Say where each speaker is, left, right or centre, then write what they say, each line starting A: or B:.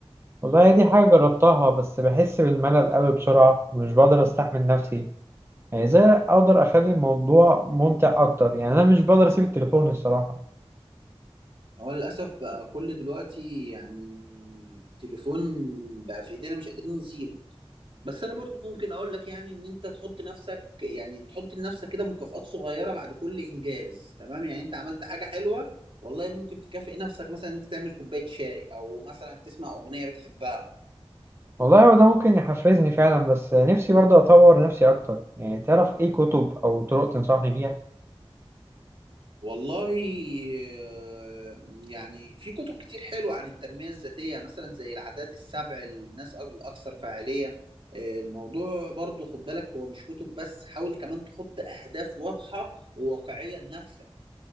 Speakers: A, on the right; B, on the right.
A: والله دي حاجة جربتها بس بحس بالملل قوي بسرعة ومش بقدر استحمل نفسي يعني ازاي اقدر اخلي الموضوع ممتع اكتر يعني انا مش بقدر اسيب التليفون الصراحة
B: هو للأسف بقى كل دلوقتي يعني التليفون بقى في إيدينا مش قادرين نسيبه بس أنا برضو ممكن أقول لك يعني إن أنت تحط نفسك يعني تحط لنفسك كده مكافآت صغيرة بعد كل إنجاز تمام يعني أنت عملت حاجة حلوة والله ممكن تكافئ نفسك مثلا أنت تعمل كوباية شاي أو مثلا تسمع أغنية بتحبها
A: والله هو ده ممكن يحفزني فعلا بس نفسي برضه أطور نفسي أكتر يعني تعرف إيه كتب أو طرق تنصحني بيها
B: والله آه، يعني في كتب كتير حلوة عن التنمية الذاتية مثلا زي العادات السبع للناس أك- الأكثر فاعلية آه، الموضوع برضو خد بالك هو مش كتب بس حاول كمان تحط أهداف واضحة وواقعية لنفسك